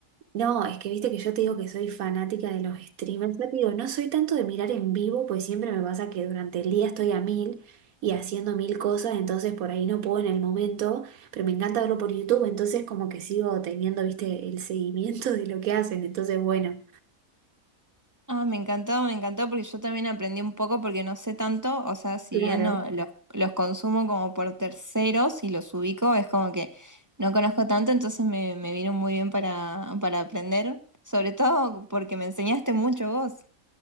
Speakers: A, on the right; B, on the right.
A: No, es que viste que yo te digo que soy fanática de los streamers. Ya te digo, no soy tanto de mirar en vivo, pues siempre me pasa que durante el día estoy a mil y haciendo mil cosas, entonces por ahí no puedo en el momento, pero me encanta verlo por YouTube, entonces como que sigo teniendo, viste, el seguimiento de lo que hacen. Entonces, bueno,
B: Ah, me encantó, me encantó porque yo también aprendí un poco porque no sé tanto, o sea, si
A: claro.
B: bien no, los, los consumo como por terceros y los ubico, es como que no conozco tanto, entonces me, me vino muy bien para, para aprender, sobre todo porque me enseñaste mucho vos.